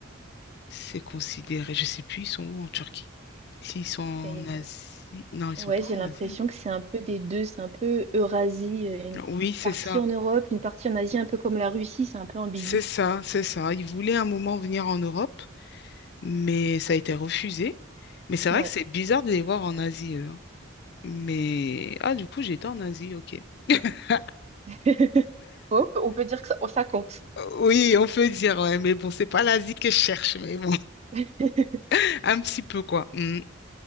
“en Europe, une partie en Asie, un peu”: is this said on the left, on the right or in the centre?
Right